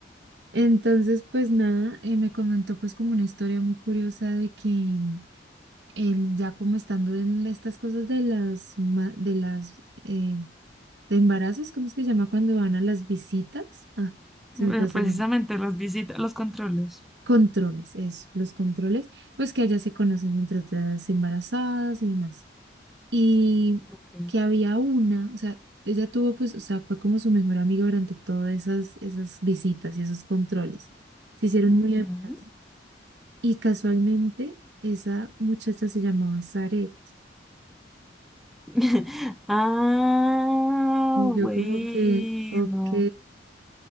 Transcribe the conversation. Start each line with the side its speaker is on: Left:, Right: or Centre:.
Right: Entonces, pues nada, eh, me comentó pues como una historia muy curiosa de que él ya como estando en estas cosas de las ma- de las eh, de embarazos, ¿cómo es que se llama cuando van a las visitas? Ah, se
Centre: Eh,
Right: me pasa
Centre: Precisamente
Right: el nombre.
Centre: las visitas, los controles.
Right: Controles, eso, los controles, pues que allá se conocen entre otras embarazadas y demás. Y
Centre: Ok.
Right: que había una, o sea, ella tuvo pues, o sea, fue como su mejor amiga durante todas esas esas visitas y esos controles. Se hicieron
Centre: ujú.
Right: muy amigas. Y casualmente esa muchacha se llamaba Zaret.
Centre: <laughs> Ah,
Right: Y yo
Centre: bueno.
Right: como que, ok,